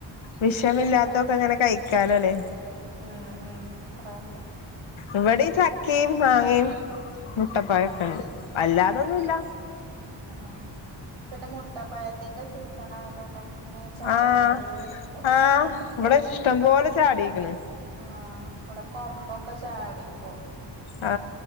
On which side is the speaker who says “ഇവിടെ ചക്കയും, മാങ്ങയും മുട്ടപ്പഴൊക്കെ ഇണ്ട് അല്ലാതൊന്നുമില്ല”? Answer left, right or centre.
Left